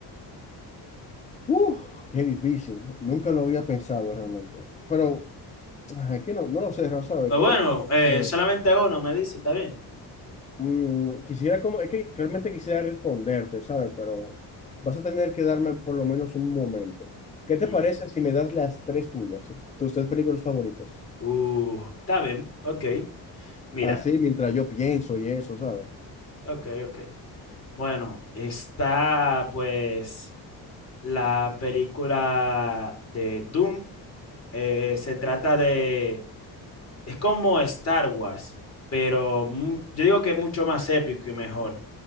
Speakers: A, on the left (about 20°); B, on the left (about 40°).
A: Uf, qué difícil. Nunca lo había pensado realmente. Pero ah, es que no, no lo sé, Rafa, ¿sabes?
B: O
A: Como
B: Bueno,
A: que
B: eh,
A: eh,
B: solamente uno me dice, ¿está bien?
A: mm, quisiera, como, es que realmente quisiera responderte, ¿sabes? Pero vas a tener que darme por lo menos un momento. ¿Qué te
B: Mm,
A: parece si me das las tres tuyas, tus tres películas favoritas?
B: uh, está bien, ok. Mira,
A: Así, mientras yo pienso y eso, ¿sabes?
B: ok, ok. Bueno, está pues... la película de Doom. Eh, se trata de... Es como Star Wars, pero mu- yo digo que es mucho más épico y mejor.